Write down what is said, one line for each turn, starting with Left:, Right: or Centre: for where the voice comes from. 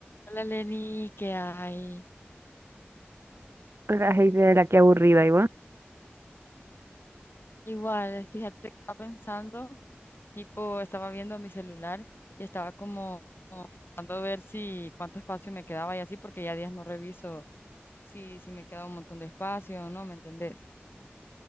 Left: Hola Lenny, ¿qué hay?
Right: La gente de la que aburrida, igual.
Left: Igual, fíjate que estaba pensando, tipo, estaba viendo mi celular y estaba como tratando de ver si cuánto espacio me quedaba y así, porque ya días no reviso si, si me queda un montón de espacio o no, ¿me entendés?